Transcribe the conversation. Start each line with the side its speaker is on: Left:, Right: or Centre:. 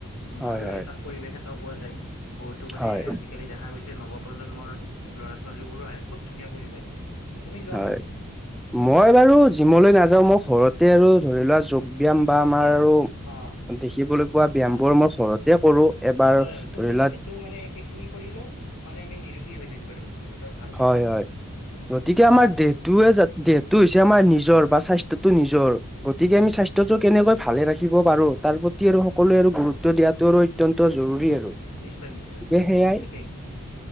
Centre: হয়
Left: ভাল লাগে
Centre: হয়
Left: তাত পৰিবেশ এটাও পোৱা যায়, বহুতো মানে
Centre: হয়
Left: আজিকালি দেখা গৈছে নৱপ্ৰজন্ম প্ৰজন্মৰ ল'ৰা ছোৱালীবোৰো আহে খুব ধুনীয়া পৰিৱেশ। তুমি যোৱা
Centre: হয়,
Left: নে
Centre: মই বাৰু যিমলৈ নাযাওঁ, মই ঘৰতে আৰু ধৰি লোৱা যোগ ব্যায়াম বা আমাৰ আৰু
Left: অ
Centre: দেখিবলৈ পোৱা ব্যায়াম
Left: হয়
Centre: বোৰ
Left: হয়
Centre: মই ঘৰতে কৰো এবাৰ
Left: হয় হয়
Centre: ধৰি
Left: খুব সুন্দৰ
Centre: লোৱা
Left: সেইটো মানে সেইখিনি কৰিলেও মানে আমি নিৰোগী হৈ থাকিব। সুতৰ ভাল কথা
Centre: হয়, হয়,
Left: হয়
Centre: গতিকে আমাৰ দে তয়ে দেহটো হৈছে আমাৰ নিজৰ বা স্বাস্থ্্যটো নিজৰ <inaudible> <inaudible> গতিকে
Left: উম
Centre: আমি স্বাস্থ্যটো কেনেকৈ ভালে ৰাখিব পাৰো তাৰ প্ৰতি আৰু সকলোৱে আৰু
Left: উম
Centre: গুৰুত্ব দিয়াাতটো আৰু অতি জৰুৰী আৰু।
Left: নিশ্চয় নিশ্চয়,
Centre: গতিকে সেয়াই
Left: ঠিকেই।